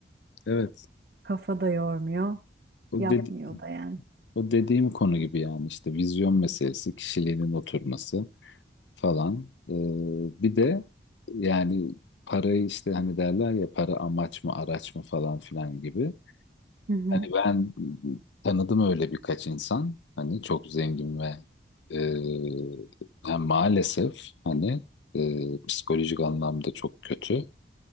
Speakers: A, on the left (about 80°); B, on the right (about 55°).
A: evet
B: kafa da yormuyor.
A: o de-
B: Yapmıyor da yani.
A: O dediğim konu gibi yani işte vizyon meselesi, kişiliğinin oturması falan. Ee, bir de yani parayı işte hani derler ya para amaç mı araç mı falan filan gibi.
B: Hı hı,
A: Hani ben tanıdım öyle birkaç insan. Hani çok zengin ve e, yani maalesef hani e, psikolojik anlamda çok kötü.